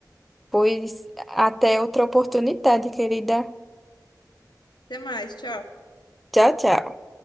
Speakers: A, in the centre; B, on the left (about 80°).
A: Pois até outra oportunidade, querida.
B: Até mais, tchau.
A: Tchau, tchau.